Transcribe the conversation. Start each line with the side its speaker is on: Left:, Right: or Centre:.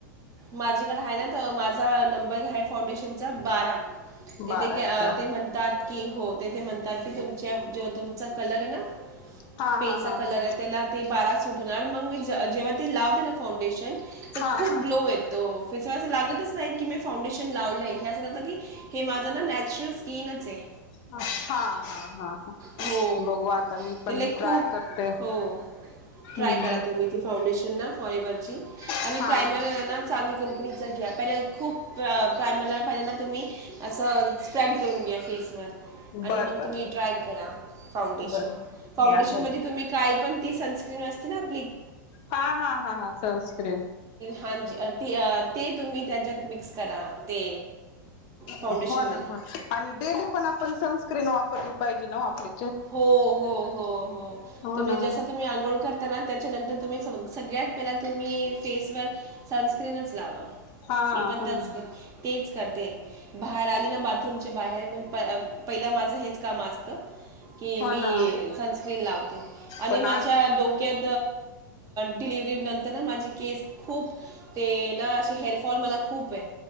Right: माझेकड आहे ना माझा नंबर फउशन. बारा. ते
Left: बारा
Right: ते
Left: आहे का
Right: ते म्हणतात? की हो ते ते म्हणतात. की तुमच्या ज तुमचा कलर आहे ना.
Left: हा
Right: फे
Left: हा
Right: चा
Left: हा
Right: कलर
Left: हा
Right: आहे त्याला ते बाराच सुटणार आणि मग मी जर. जेव्हा ते लवतेण फाउंडेशन. तर
Left: हा
Right: खूप
Left: हा
Right: ग्लो येतो फेस अस लागतच नाही की मी फाउंडेशन लावलंय. हे असं जं की हे माझं ना नॅचरल स्किनच आहे.
Left: हा हा हा ह
Right: हो
Left: बघू आता मी पण.
Right: ते लई
Left: ट्राय
Right: खूप
Left: करते
Right: हो ट्राय
Left: हम्म
Right: करा तुम्ही ती फाउंडेशनना फॉर एव्हवरची
Left: हा
Right: आणि प्रायमर
Left: हा
Right: ना चांगली कंपनीचा घ्याल. पहिले खूप प्रायमरला पहिल्याना तुम्ही असं स्प्रेड करून घ्या फेसवर. आणि
Left: बर
Right: मग
Left: बर
Right: तुम्ही
Left: बर
Right: ट्राय करा फाउंडेशन.
Left: बर बर
Right: फांडेशन
Left: मी आता
Right: मध्ये तुम्ही काय पण ती सनस्क्रीन असते ना आपली
Left: हा हा हा हा सनस्क्रीम.
Right: हांजी ती ते तुम्ही त्याच्यात मिक्स करा ते फाउंडेशनमध्ये
Left: हो ना होन आणि डेली पण आपण सनस्क्रीन वापरली. पाहिजे ना आपली
Right: हो हो हो हो
Left: हो
Right: तुम्ही
Left: ना
Right: जस
Left: हो
Right: तुम्ही आंघोळ करताना त्याच्यानंतर तुम्ही सग सगळ्यात पहिला तुम्ही फेसवर सनस्क्रीनच लावा.
Left: हा
Right: मी पण
Left: हो
Right: त्याच
Left: ना
Right: ते करते बाहेर आली ना बाथरूमच्या बाहेर म पहिला माझं हेच काम असत. कि
Left: हो
Right: मी
Left: ना
Right: सनस्क्रीन लावते आणि
Left: पण
Right: माझ्या
Left: आज
Right: डोक्यात डिलिव्हरी नंतर ना माझी केस खूप ते ना असे हेअरफॉल मला खूप आहे.